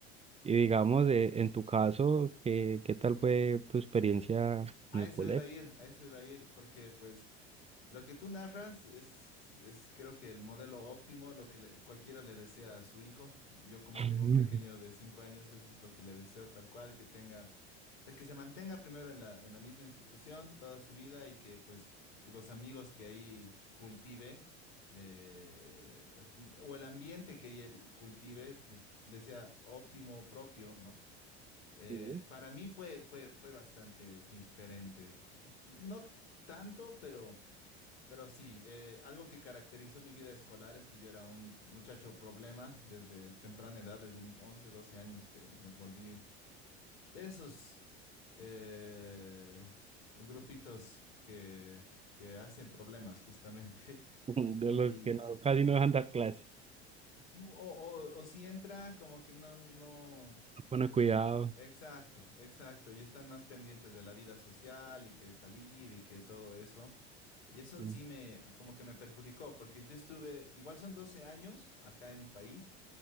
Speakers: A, on the right; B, on the left.
A: y digamos, eh, en tu caso, ¿qué, qué tal fue tu experiencia
B: A
A: en el
B: eso
A: colegio?
B: iba a ir, a eso iba a ir, porque pues Lo que tú narras es, es creo que el modelo óptimo, lo que le- cualquiera le desea a su hijo. Y Yo como
A: <laughs>
B: tengo un pequeño de cinco años, eso es lo que le deseo tal cual, que tenga, o sea, que se mantenga primero en la, en la misma institución toda su vida y que pues los amigos que ahí cultive, le, o el ambiente que él cultive, pues le sea óptimo, propio, ¿no? Eh,
A: Sí.
B: para mí fue, fue, fue bastante diferente. No tanto, pero... Pero sí, eh, algo que caracterizó mi vida escolar es que yo era un muchacho problema desde temprana edad, desde mis 11, 12 años, que me volví de esos eh, grupitos que, que hacen problemas justamente.
A: <laughs>
B: <laughs>
A: De
B: Y,
A: los que no, casi no dejan dar clases,
B: o, o- o si entra, como que no, no.
A: no pone cuidado.
B: Exacto, exacto. Y están más pendientes de la vida social y que salir y que todo eso. Y eso
A: Mm,
B: sí me, como que me perjudicó, porque yo estuve, igual son 12 años acá en mi país,